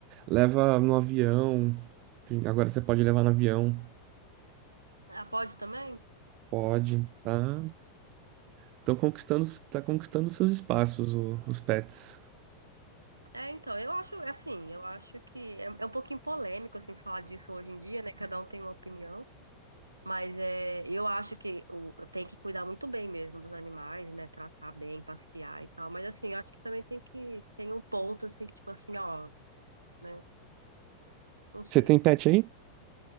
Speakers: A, on the right; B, on the right.
A: Leva no avião. tem- agora você pode levar no avião.
B: Ah, pode também?
A: Pode, tá? Estão conquistando, tá conquistando seus espaços, o- os pets.
B: É, então, eu acho, é assim, eu acho que é, é um pouquinho polêmico, assim, falar disso hoje em dia, né? Cada um tem uma opinião. Mas é, eu acho que o, tem que cuidar muito bem mesmo dos animais, né? Tratar bem, passear e tal. Mas assim, eu acho que também tem que tem um ponto assim que tipo assim, ó, né? Não sei.
A: Você tem pet aí?